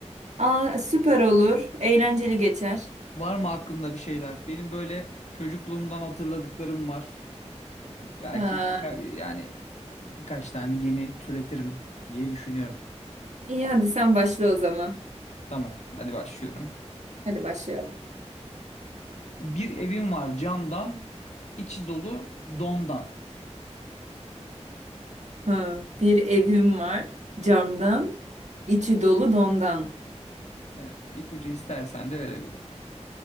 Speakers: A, on the right; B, on the left.
A: Aa, süper olur. Eğlenceli geçer.
B: Var mı aklında bir şeyler? Benim böyle çocukluğumdan hatırladıklarım var. Belki
A: Aa,
B: birka- yani birkaç tane de yeni türetirim diye düşünüyorum.
A: iyi hadi sen başla o zaman.
B: Tamam, hadi başlıyorum.
A: Hadi başlayalım.
B: Bir evim var camdan, içi dolu dondan.
A: Ha, bir evim var camdan. içi dolu dondan.
B: Evet, ipucu istersen de verebilirim.